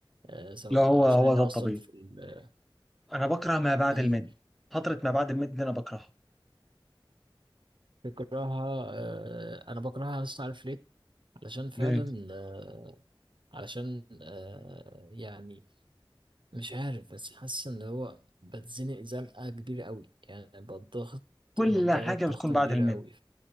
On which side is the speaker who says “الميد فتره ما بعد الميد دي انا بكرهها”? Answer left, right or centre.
Centre